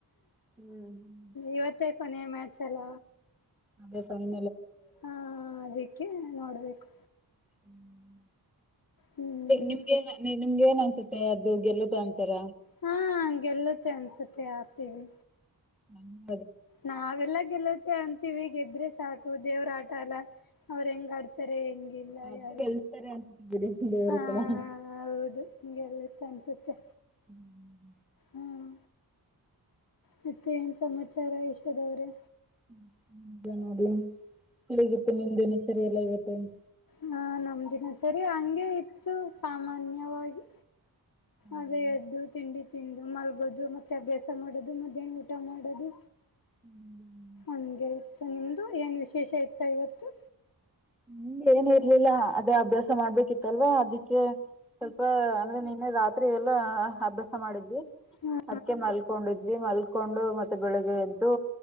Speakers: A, in the centre; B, on the left.
A: ಹ್ಮ್
B: ಇವತ್ತ ಕೊನೆ ಮ್ಯಾಚ್ ಎಲ್ಲ
A: ಅದೇ ಸುಮ್ನ್
B: ಹಾ ಅದಕ್ಕೆ ನೋಡ್ಬೇಕು
A: ಹ್ಮ್
B: ಹ್ಮ್
A: ನಿಮ್ಗೆ ನು ನಿಂ ಏನ್ ಅನ್ಸುತ್ತೆ ಅದು ಗೆಲ್ಲತಾ ಅಂತಾರ
B: ಹಾ ಗೆಲ್ಲತ್ತೆ ಅನ್ಸತ್ತೆ ಆಸೀವಿ
A: ಹ್ಮ್
B: ನಾವೆಲ್ಲ ಗೆಲ್ಲೋದ್ ಅಂತಿವವಿ ಗೆದ್ರೆ ಸಾಕು ದೇವ್ರ ಆಟ ಅಲ್ಲ ಅವ್ರು ಹೆಂಗ್ ಆಡ್ತಾರೆ ಹೆಂಗೇ ಲ್ಲ
A: ಆದ್ರೂ
B: ಯಾರ
A: ಗೆಲ್ಸ್ತಾರೆ ಅನ್ಸುತ್ತೆ ಬಿಡಿ ದೇವರು
B: ಹ
A: ಕೂಡ
B: ಹೌದು ಹಗೆ <inaudible> ತನಿಸುತ್ತೇ
A: ಹ್ಮ್.
B: ಹ್ಮ ಮತ್ತೆ ಏನ್ ಸಮಾಚಾರ ಯಶೋಧವ್ರೆ
A: ಹ್ಮ ಈಗ ನೋಡಿ ಹೇಗಿತು ನಿಮ್ ದಿನಚರಿಯಲ್ಲ ಇವತ್ತು ಹ
B: ಹಾ ನಮ ದಿನಾಚರಿ ಹಂಗೆ ಇತ್ತು ಸಾಮಾನ್ಯವಾಗಿ
A: ಹೌದಾ
B: ಅದೇ ಎದ್ದು ತಿಂಡಿ ತಿಂದು ಮಲಗೋದು ಮತ್ತೆ ಅಭ್ಯಾಸ ಮಾಡೋದು ಮಧ್ಯಾಹನ ಊಟ ಮಾಡೋದು
A: ಹ್ಮ್
B: ಅಂಗೇ ನಿಮ್ದು ಏನ್ ವಿಶೇಷ ಇತ್ತ ಇವತ್ತು
A: ಹ್ಮ ಏನ್ ಇರ್ಲಿಲ್ಲ ಅದೇ ಅಭ್ಯಾಸ ಮಾಡ್ಬೇಕಿತ್ತಲ್ವಾ ಅದಿ ಸ್ವಲ್ಪ ಅಂದ್ರೆ ನಿನ್ನೆ ರಾತ್ರಿ ಎಲ್ಲಾ ಅಭ್ಯಾಸ ಮಾಡಿದ್ವಿ
B: ಹಾ
A: ಅದಿಕೆ ಮಲ್ಕೊಂಡಿದ್ದೆ ಮಲ್ಕೊಂಡು ಮತ್ತು ಮತ್ತ ಬೆಳಗ್ಗೆ ಎದ್ದು